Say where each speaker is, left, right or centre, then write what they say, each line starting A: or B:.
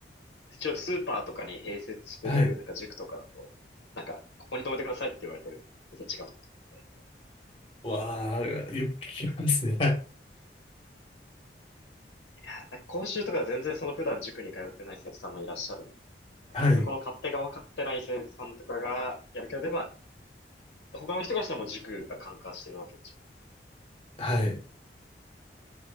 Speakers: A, on the left; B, on the left.
A: 一応スーパーとかに併設してる、
B: はい。
A: なんか塾とかだと、なんか、ここに泊めてくださいって言われてるのに、全然違うとこ止めて。
B: わあ、よく聞きますね。
A: や、だ講習とか全然その普段塾に通ってない生徒さんもいらっしゃるんで、なんかそこの勝手が分かってない生徒さんとかがやるけど、
B: はい。はい。
A: でもまあ、他の人がしたらもう塾が管轄してるわけでしょ。
B: はい。